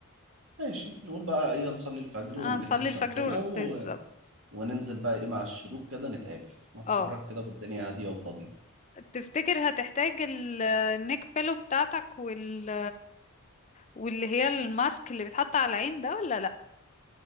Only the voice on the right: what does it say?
فماشي نقول بقى ايه نصلي الفجر
ونجهز
نفسنا
و... وننزل بقى ايه مع الشروق كده نتقابل نتحرك
كده في الدنيا هادية وفاضية